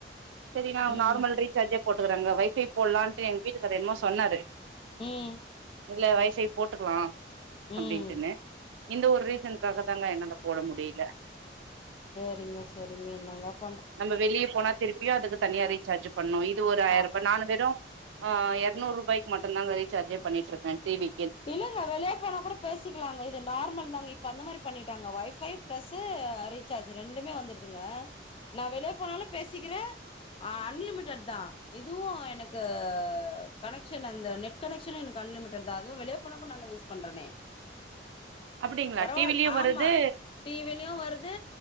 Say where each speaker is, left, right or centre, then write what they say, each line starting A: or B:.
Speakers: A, on the right; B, on the left.
A: செரி நா
B: ம்
A: நார்மல் ரீசார்ஜே போட்டுக்கறாங்க வைஃபை போல்லான்ட்டு எங்க வீட்டுக்காரு என்மோ சொன்னாரு
B: ம்
A: இல்ல வை ஃபைய் போட்டுக்கலா அப்டின்ட்டுனு
B: ம்
A: இந்த ஒரு ரீசனுக்காக தாங்க என்னால போட முடில
B: சேரிங்க சேரிங்க இன்னாங்கப்
A: நம்ப வெளி போனா திருப்பியு அதுக் தனியா ரீச்சார்ஜ் பண்ணு இது ஒரு ஆயிர்ரூபா
B: ஆ
A: நானு வெறு ஆ எர்நூறு ரூபாய்க்கு மட்டுதாங்க ரீசார்ஜே பண்ணிட்டு இருக்க டி வி
B: இல்ல நா வெளோ போனா கூட பே சிக்கலாங்க இது நார்மல் தாங்க இப்ப அந்த மாரி பண்ணிட்டாங்க ஒய் ஃபை பிளஸீ ரீசார்ஜ் ரெண்டுமே வந்துருதுங்க நா வெளே போனாலு பேசிக்கிறே அ அன்லிமிடட் தா இதுவு எனக்கு கனெக்க்ஷன் அந்த நெட் ட் கனெக்ஷன் எனக்கு அன்லிமிட் தா அதுவு வெளியே போன கூட நல்லா யூஸ் பண்றனே
A: அப்டிங்களா
B: பரவால்
A: டிவிலயு
B: ஆம்மா
A: வருது
B: டி வி லியு வருது